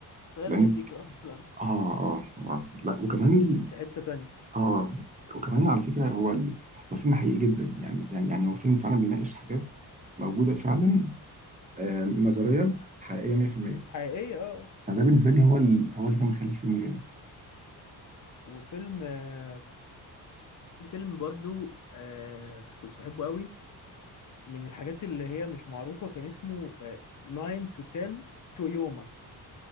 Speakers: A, on the left; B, on the right.
A: فهي
B: لانك
A: المزيكا اصلا
B: اه اه آه. لا وكمان ال...
A: كانت في حتة تانية
B: اه وكمان على فكره هو ال... هو فيلم حقيقي جدا يعني يعني يعني هو فيلم فعلا بيناقش حاجات موجوده فعلا آه نظريا حقيقيه 100%
A: حقيقية اه آه.
B: فده بالنسبه لي هو ال... هو اللي كان مخلي الفيلم جامد
A: وفيلم آه، في فيلم برضو آه كنت بحبه قوي من الحاجات اللي هي مش معروفة كان اسمه آه 9 to 10 تويوما